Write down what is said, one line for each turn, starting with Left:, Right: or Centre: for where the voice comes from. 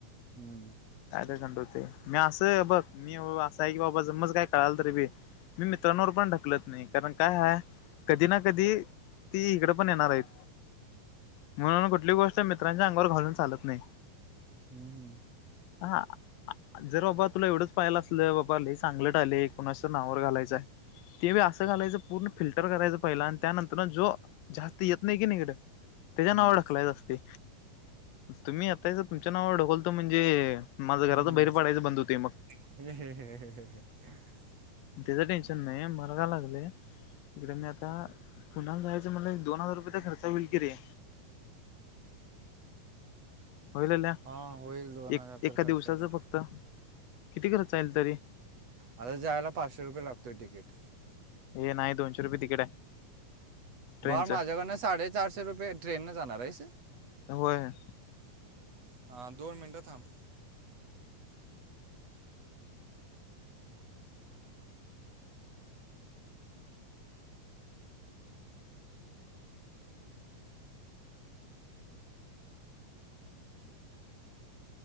Right: हम्म.
Left: काय तर घंडवते मी असं बघ मी असं आहे की बाबा जमज काय कळाल तरी बी मी मित्रांवर पण ढकलत नाही कारण काय ह कधी ना कधी ती इकडे पण येणार आहेत म्हणून कुठली गोष्ट मित्रांच्या अंगावर घालून चालत नाही.
Right: हम्म.
Left: हा. जर बाबा तुला एवढंच पाहायला असलं बाबा लईच अंगलट आले कोणाचं नावावर घालायचंय हाय. ते असं घालायचं पूर्ण फिल्टर करायचं पहिला आणि त्यानंतर जो. जास्त येत नाही की निकड हिकडं. त्याच्या
Right: हम्म
Left: नावावर ढकलायचं असते तुम्ही आता याच तुमच्या नावावर ढकलतो म्हणजे. माझं घराात
Right: हम्म
Left: बाहेर पडायं बंद होते मग.
Right: <inaudible>
Left: त्याच टेन्शन नाही मला काय लागलेय. इकडे मी आता पुण्याला जायचं म्हणलं एक दोन हजार रुपयचा खर्च होईल कि रे. होईल आल्या
Right: हा होईल दोन
Left: एक
Right: हजार
Left: एका
Right: तर खर्च
Left: दिवसाचं
Right: होईल
Left: फक्त किती घर चाईल तरी.
Right: आता जायला पाचशे रुपये लागतोय तिकीट.
Left: हे नाही दोनशे रुपये तिकीट आहे. ट्रेनचं
Right: बर माझ्याकडनं साडेचारशे रुपये ट्रेन न जाणार आहेस.
Left: होय.
Right: हा दोन मिनटं थांब.